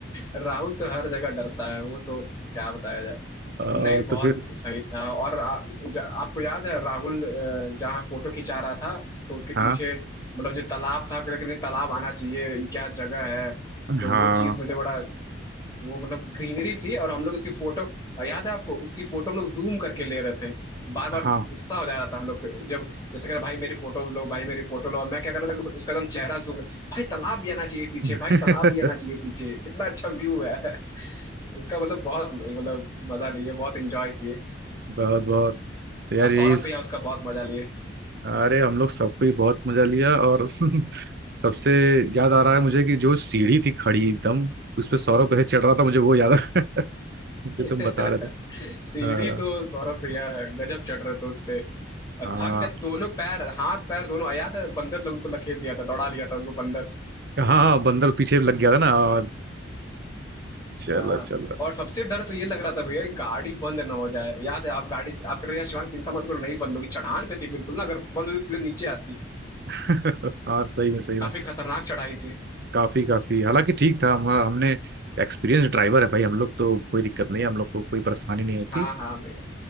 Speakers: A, on the left; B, on the right.
A: राहुल तो हर जगह डरता है वो तो क्या बताया जाए
B: आ,
A: नहीं बहुत
B: तो फिर
A: सही था और आ, ज, आपको याद है राहुल अ, जहाँ फोटो खिंचा रहा था तो उसके
B: हाँ
A: पीछे मतलब जो तालाब था लेकिन नहीं तालाब आना चाहिए ये क्या जगह है तो
B: हाँ
A: वो चीज मुझे बड़ा वो मतलब ग्रीनरी थी और हम लोग उसकी फोटो और याद है आपको उसकी फोटो हम लोग जूम करके ले रहे थे बार बार
B: हाँ
A: गुस्सा हो जा रहा था हम लोग पे। जब जैसे कह रहा भाई मेरी फोटो लो भाई मेरी फोटो लो और मैं क्या कर रहा था कि उस- उसका एकदम चेहरा जूम भाई तालाब भी आना चाहिए पीछे
B: <laughs>
A: भाई तालाब भी आना चाहिए पीछे कितना अच्छा व्यू है <laughs> उसका मतलब बहुत मतलब मजा लिए बहुत इंजॉय किए
B: बहुत बहुत तो यार
A: और सौरभ
B: यही
A: भैया उसका बहुत मजा लिए
B: अरे हम लोग सबको ही बहुत मजा लिया और <laughs> सबसे याद आ रहा है मुझे कि जो सीढ़ी थी खड़ी एकदम उस पे सौरभ कैसे चढ़ रहा था मुझे वो याद आ <laughs> जो
A: <laughs>
B: तुम बता रहे थे
A: सीढ़ी
B: हाँ
A: तो सौरभ भैया गजब चढ़ रहे थे उस पे और
B: हाँ
A: थक गए दोनों पैर हाथ पैर दोनों याद है बंदर ने उनको लखेल दिया था दौड़ा लिया था उनको बंदर
B: हाँ हाँ, बंदर पीछे लग गया था ना हाँ, चलो
A: हाँ
B: चलो
A: और सबसे डर तो ये लग रहा था भैया गाड़ी बंद ना हो जाए याद है आप गाड़ी आप कह रहे थे, शिवांग चिंता मत करो नहीं बंद होगी चढ़ान पे थी बिल्कुल ना अगर बंद होती तो सीधे नीचे आती
B: <laughs> हाँ सही में सही में
A: काफी खतरनाक चढ़ाई थी
B: काफी काफी हालांकि ठीक था हम हमने एक्सपीरियंस ड्राइवर है भाई हम लोग तो कोई दिक्कत नहीं है हम लोग को कोई परेशानी नहीं होती
A: हाँ हाँ भैया